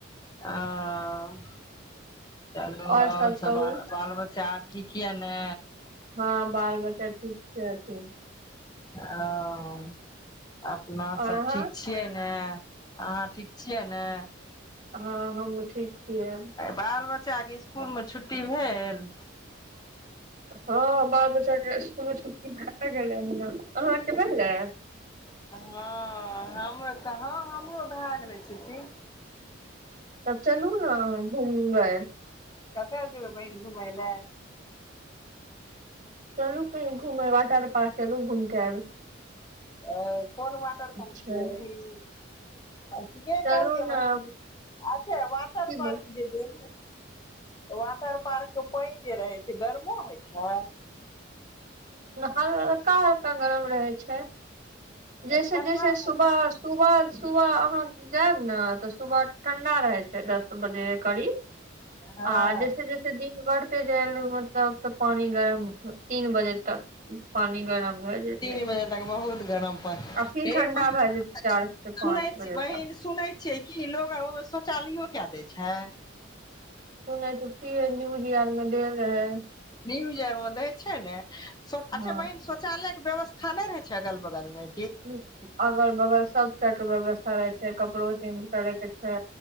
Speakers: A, on the left (about 20°); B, on the right (about 40°).
A: हँ चलू
B: आओर
A: ओर सब
B: कहू
A: ओर बाल बच्चा च ठीक ये ने
B: हँ बाल बच्चा ठीक छै
A: हँ अपना
B: आओर
A: सब
B: अहाँ
A: ठीक छियै ने अहां ठीक छियै ने
B: हँ हँ हमहूँ ठीक छियै
A: बाल ब बच्चा के स्कूलमे छुट्टी भेल
B: हँ बाल बच्चाके इकुलमे छुट्टी भे गेलै अहाँके भेललै
A: हँ हमरो तऽ हँ हमरो भै गेलै छुट्टी
B: तब चलू नै घूमबै ह-
A: कतय जेबै बहिन घुमय लै
B: चलु कही घुमे वाटर पार्क चलु घूमके एब
A: ओ कोन वाटर पार्क
B: छै
A: गेल रही <inaudible> ठीके
B: चलू
A: कहलियै
B: ने
A: बहीन अच्छा वाटर
B: की बोल
A: पार्क जे दे वाटर पार्क मे पानि जे रहै छै गरमो होइ छैइ
B: हल्का हल्का गरम रहै छैइ जैसे
A: ठंडा
B: जैसे सुबह
A: होइ
B: सुबह सुबह अहाँ जायब ने तऽ सुबह ठंडा रहे छै दस बजे करीब
A: छै हँ
B: आ जैसे जैसे दिन घरते जाइल मतलब तऽ पानि गरम तीन बजे तक पानी गरम भए जेतै
A: तीन बजे तक बहुत गरम हे
B: आ फिर ठंडा
A: बहिन
B: भए जेतै चार से पाँच
A: सुनै छीयै
B: बजे तक
A: बहिन सुनै छियै कि लोग ओ मे शौचालयो कए दै छैइ छै
B: सुनै त छीयै न्यूज आर मे देल रहेै ह
A: न्यूज आर मे दै छै ने अच्छा
B: हँ
A: बहिन शोचालय व्यस्था नहि रहै छै अगल बगल में
B: ह अगल बगल सबटा के व्यवस् करै छै कपड़ो चेंज करैके छै